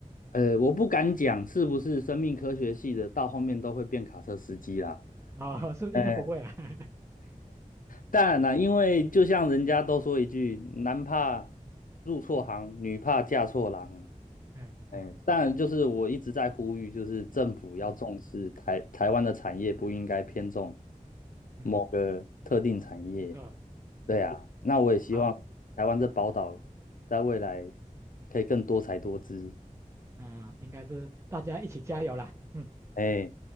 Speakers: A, on the left (about 85°); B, on the right (about 20°).
A: 呃，我不敢讲是不是生命科学系的到后面都会变卡车司机啦。
B: 哦，<laughs> 是应该不会啦。
A: 哎，
B: <laughs>
A: 当然啦，因为就像人家都说一句，
B: 嗯
A: 男怕入错行，女怕嫁错郎。
B: 嗯嗯，
A: 嗯，当然就是我一直在呼吁，就是政府要重视台台湾的产业，
B: 是
A: 不应该偏重
B: 嗯嗯，
A: 某个特定产业。
B: 没错，
A: 对啊，
B: 是
A: 那我也希望台湾这宝岛在未来
B: 好，
A: 可以更多才多姿。
B: 嗯、应该是大家一起加油啦。嗯。
A: 哎。